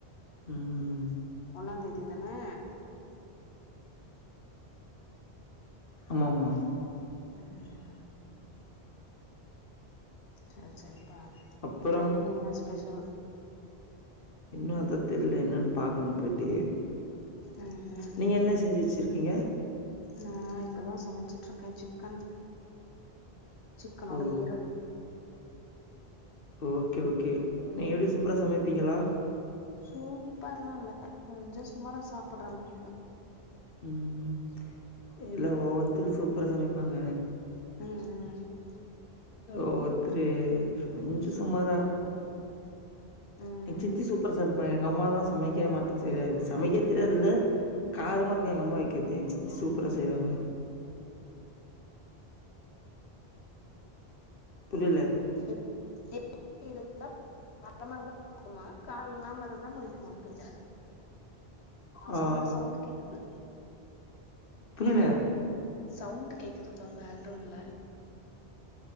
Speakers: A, on the left; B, on the left.
A: உம்
B: ஒன்னா தேதி தானே
A: ஆமாமா
B: ம் செரி செரிப்பா
A: அப்புறம்
B: இப்ப இன்னைக்கி என்ன ஸ்பெஷல்
A: இன்னு அதா தெர்ல என்னன்னு பாக்கணும் போய்ட்டு
B: ம்
A: நீங்க என்ன செஞ்சு வச்சிருக்கீங்க
B: நா இப்பதா சமச்சுட்ருக்கே சிக்கன் சிக்கனோட
A: ஓ!
B: ஈரல்
A: ஓகே ஓகே நீங்க எப்டி சூப்பரா சமைப்பீங்களா
B: சூப்பர்லால்ல கொஞ்ச சுமாரா சாப்புட்ற அளவுக்கு
A: ம் இல்ல ஓவ்வத்தரு சூப்பரா சமைப்பாங்க
B: அ அ அ
A: ஓவ்வொத்தரு கொஞ்சொ சுமாரா
B: ஏதோ ம்
A: எங் சித்தி சூப்பரா சமைப் இப்ப எங்க அம்மா தா சமக்கவே மாட்டுத் செரியாவே சமைக்கே தெரியாதுல்ல காரமாருக்கூ எங்கம்மா வைக்கற்து எங்க சித்தி சூப்பரா செய்வாங்க புரியல
B: எப் எப்டி இருந்தா காரமாருந்தா புடிக்குமா காரொ இல்லாமருந்தா புடிக்குமான்னு கேக்குற
A: ஆ, ஆ.
B: சவுண்டு சவுண்டு கேக்குது
A: புரியில
B: சவுண்டு கேக்குதுப்பா பேக்ரவுண்ட்ல